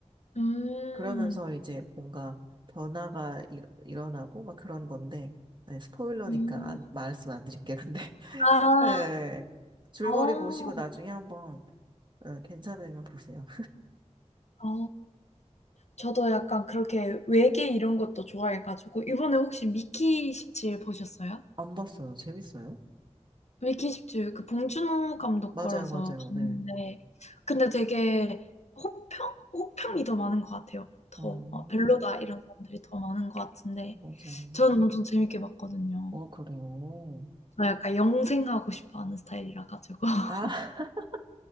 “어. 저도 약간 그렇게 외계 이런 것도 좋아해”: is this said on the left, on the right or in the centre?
Left